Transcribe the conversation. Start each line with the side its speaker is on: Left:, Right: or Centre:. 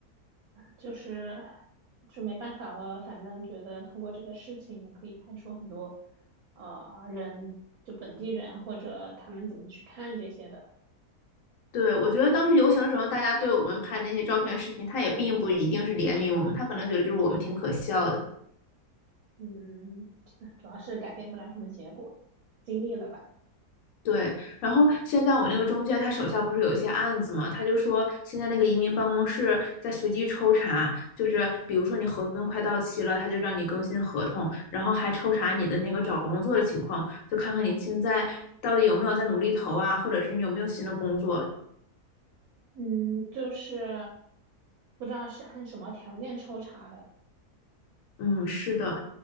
Right: 就是就没办法，我反正觉得通过这个事情也可以看出很多，呃，人就本地人或者他们怎么去看这些的，
Left: 对，我觉得当时游行的时候，大家对我们拍那些照片、视频，他也并不一定是怜悯我们，他可能觉得就是我们挺可笑的。
Right: 嗯，主要是改变不了什么结果，经历了吧，
Left: 对，然后现在我那个中介他手下不是有一些案子嘛，他就说现在那个移民办公室在随机抽查，就是比如说你合同快到期了，他就让你更新合同，然后还抽查你的那个找工作的情况，就看看你现在到底有没有在努力投啊，或者是你有没有新的工作，
Right: 嗯，就是不知道是按什么条件抽查的，
Left: 嗯，是的，